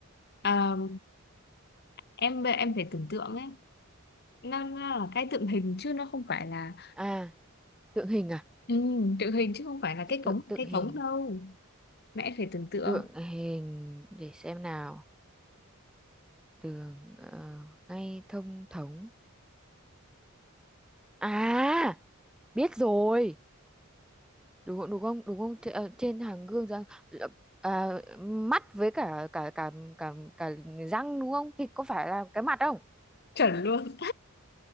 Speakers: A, on the left (about 50°); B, in the centre.
A: Ờ, em em phải tưởng tượng ấy nó, nó là cái tượng hình chứ nó không phải là
B: à tượng hình à
A: ừ, tượng hình chứ không phải là
B: Tự-
A: cái
B: tượng
A: cống
B: tượng
A: cái
B: hình
A: cống đâu mẹ phải tưởng tượng
B: tượng hình để xem nào đường ờ, ngay thông thống à biết rồi đúng không đúng không đúng không Tr- ờ, trên hàng gương răng là- à, mắt với cả cả cả cả cả răng đúng không thì có phải là cái mặt không
A: chuẩn luôn